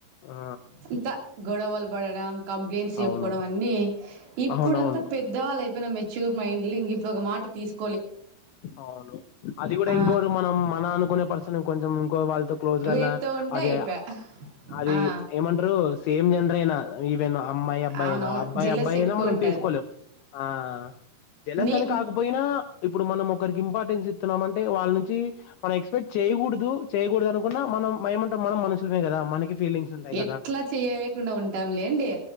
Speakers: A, on the left (about 80°); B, on the right (about 75°).
A: ఆ
B: అంత గొడవలు పడడం కంప్లైంట్స్ చెప్పుకోవడం
A: అవును
B: అన్ని ఇప్పుడుంతా
A: అవునవును
B: పెద్దవాళ్ళు అయిపోయినం మెచ్యూర్ మైండ్లి ఇంగ ఇప్పుడొక మాట తీసుకు
A: అవును అది గూడా
B: ఆ
A: ఇంకోరు మనం మన అనుకునే పర్సన్ ఇంకొంచెం ఇంకో వాళ్ళతో క్లోజ్ గన్న
B: వేరుతో ఉంటే
A: అది
B: అయిపోయా
A: అది
B: ఆ
A: ఏమంటరు సేమ్ జెండరయిన ఈవెన్ అమ్మాయి అబ్బాయినా,
B: అవునవును
A: అబ్బాయి
B: జలస్
A: అబ్బాయి అయినా
B: ఎక్కువ
A: మనం
B: ఉంటది
A: తీసుకోలేం ఆ జలసని
B: నే
A: కాకపో పోయినా ఇప్పుడు మనం ఒకరికి ఇంపార్టెన్స్ ఇత్తున్నాంమంటే వాళ్ళ నుంచి మనం ఎక్స్పెక్ట్ చేయకూడదు చేయకూడదనుకున్న మనం ఏమంటాం మనం మనుషులమే కదా మనకి ఫీలింగ్స్ ఉంటాయి
B: ఎట్లా
A: కదా
B: చేయలేకుండా ఉంటాం లేండి